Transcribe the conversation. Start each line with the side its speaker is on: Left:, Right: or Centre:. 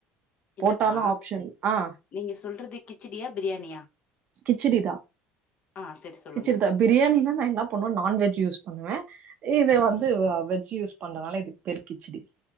Left: இல்லப்பா
Right: போட்டாலு ஆப்ஷன் ஆ
Left: நீங்க சொல்றது கிச்சடியா பிரியாணியா
Right: கிச்டி தா
Left: ஆ சரி சொல்லுங்க
Right: கிச்டி தா பிரியாணின்னா நா என்ன பண்ணுவ நான்வெஜ் யூஸ் பண்ணுவ இத வந்து வெஜ் யூஸ் பண்றனால இது பேரு கிச்டி